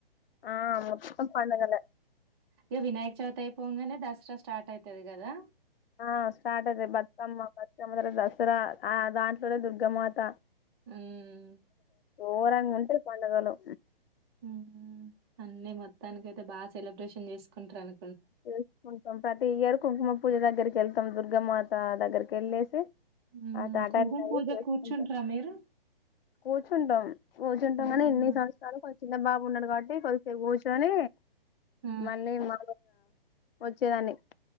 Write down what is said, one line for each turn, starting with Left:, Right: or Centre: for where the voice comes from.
Left: ఆ మొత్తం పండగలే
Right: ఇక వినాయక చవితి అయిపోంగానే దసరా స్టార్ట్ అవుతది కదా
Left: ఆ స్టార్ట్ అయిది బతుమ్మ బతుకమ్మ తర్వతా దసరా ఆ దాంట్లోనే దుర్ గమాత
Right: హ్మ్.
Left: ఓరంగా ఉంట పండగలు
Right: ఉం అన్నిీ మొత్తానికి అయితే బాగా సెలబ్రేషన్ చేసుకుంటారను
Left: చేసుకుంటాం ప్రతి ఇయరు కుంకుమ పూజ దగ్గరికి కెళ్తామ్ దుర్గ మాత దగ్గర్ కెల్లెసి
Right: హ్మ్.
Left: అట
Right: కుంకుమ
Left: ట అన్నది
Right: పూజ
Left: చేసుకుంటాం
Right: కూర్చుంటరా మీరు?
Left: కూర్చుంటాం కూర్చుంటాం
Right: అవునా!
Left: కానీ ఎన్ని సంవత్సరలకొ చిన్న బాబు ఉన్నడు కాబట్ ట్టి కొద్దిసేపు కుచ్చొని
Right: ఆ!
Left: మళ్ళీ మ వచ్చేదాన్ని